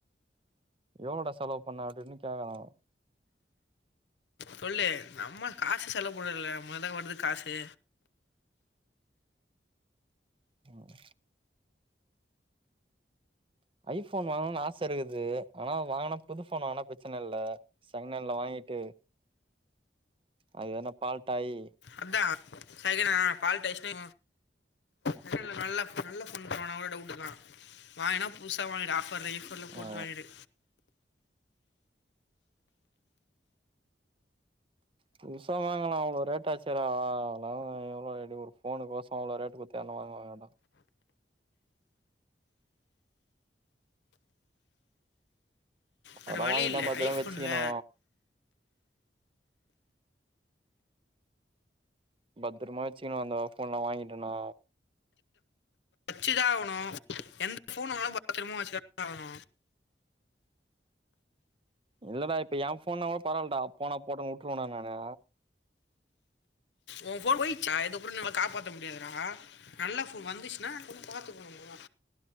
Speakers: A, on the right; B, on the left.
A: எவ்ளோடா செலவு பண்ண அப்டியிப்டினு கேக்குறாங்க
B: சொல்லு நம்ம காசு செலவு பண்றதில்ல நம்மல்தா வருது காசு
A: ம் ஐபோன் வாங்கணுனு ஆச இருக்குது ஆனா வாங்கனா புது போன் வாங்குனா பிரச்சன இல்ல சங்கன்ல வாங்கிட்டு அது எதுனா பால்ட்டாயி
B: அதா செகனா பால்டாயிசினா செகன்ல நல்ல நல்ல ஃபோன் தருவானா கூட டவுட்டு தா வாங்குனா புதுசா வாங்கிடு ஆஃபர்ல இஃபர்ல போட்டு
A: ஆ
B: வாங்கிடு
A: புதுசா வாங்கலா அவ்ளோ ரேட்டா ஆச்சே டா அவளா எவ்ளோ ஒரு ஃபோனு கோச அவ்ளோ ரேட்டு கொடுத்து யாருனா வாங்கவாங்களா
B: வேறு
A: அதெல்லா
B: வழி
A: வாங்கிட்டா
B: இல்லை
A: பத்தரமா
B: ஐஃபோனில்
A: வெச்சிக்கணு பத்திரமா வச்சுக்கணு அந்த ஃபோன்லா வாங்கிடோனா
B: வச்சுதா ஆகனு எந்த ஃபோன் வாங்குனாலு பத்ரமா வச்சு தா ஆகணு
A: இல்லடா இப்ப எ போன்னா கூட பரவாலடா போன போட்டுன்னு வுட்டுருவ டா நானு
B: உ போன் போயிச்சா இது அப்புற நம்மளா காப்பாத்த முடியாதுடா நல்லா ஃபோன் வந்துச்சுன்னா கொஞ்சம் பாத்துக்கணுதா